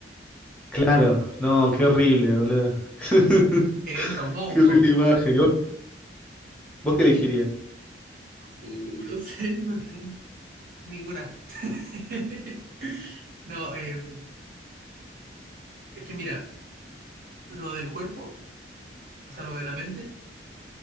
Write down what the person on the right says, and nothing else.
Entonces, querían traumado
un
poco.
Uh, <laughs> no sé, no sé, ninguna. <laughs> No, eh, es que mira, lo del cuerpo, o sea, lo de la mente,